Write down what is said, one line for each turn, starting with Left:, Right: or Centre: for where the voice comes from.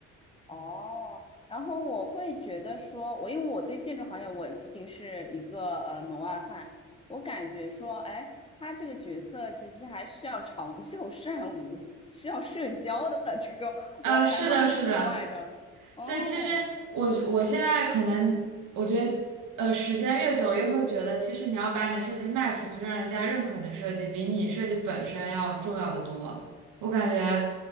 Left: 哦，然后我会觉得说，我因为我对建筑行业，我毕竟是一个呃门外汉，我感觉说，哎，他这个角色其实还需要长袖善舞，需要社交的，这个我还蛮意外的。
Right: 呃，是的，是的，
Left: 哦，
Right: 对，其实我觉我现在可能我觉得，呃，时间越久，越会觉得，其实你要把你的设计卖出去，让人家认可你的设计，比你设计本身要重要的多。我感觉